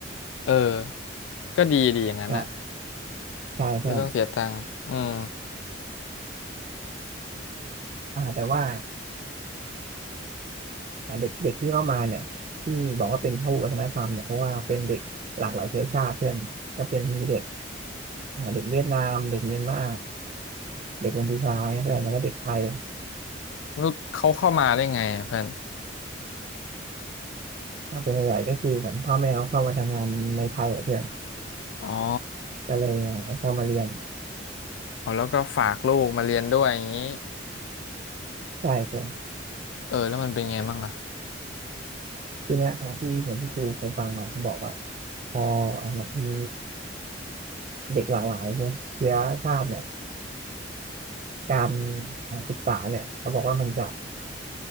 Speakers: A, on the left; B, on the right.
A: เออก็ดีดีอย่างนั้นน่ะ
B: ใช่ใช่เพื่อน
A: ไม่ต้องเสียตังค์อืม
B: อ่าแต่ว่า อ่าเด็กเด็กที่เข้ามาเนี่ยที่บอกว่าเป็นพหุวัฒนธรรมเนี่ยเพราะว่าเป็นเด็กหลากหลายเชื้อชาติเพื่อนจะเป็นมีเด็กอ่าเด็กเวียดนามเด็กเมียนมาเด็กกัมพูชาเนี่ยเพื่อนแล้วก็เด็กไทย
A: รู้เขาเข้ามาได้ไงอะเพื่อน
B: ส่วนใหญ่ก็คือเหมือนพ่อแม่เขาเข้ามาทำงานในไทยอะเพื่อน
A: อ๋อ
B: ก็เลยเข้ามาเรียน
A: อ๋อแล้วก็ฝากลูกมาเรียนด้วยอย่างนี้
B: ใช่เพื่อน
A: เออแล้วมันเป็นไงบ้างอะ
B: ทีเนี้ยอ่าที่เหมือนที่กูเคยฟังมาเขาบอกว่าพอเอาแบบมีเด็กหลากหลายเชื้อเชื้อชาติเนี่ยการเอ่อศึกษาเนี่ยเขาบอกว่ามันจะ